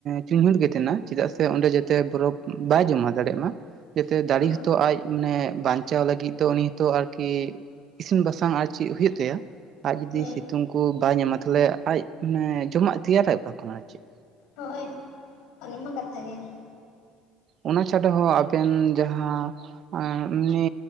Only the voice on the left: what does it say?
ᱦᱮᱸ
ᱦᱮᱸ
ᱦᱳᱭ ᱚᱱᱟ ᱢᱟ ᱠᱟᱛᱷᱟ ᱜᱮ ᱾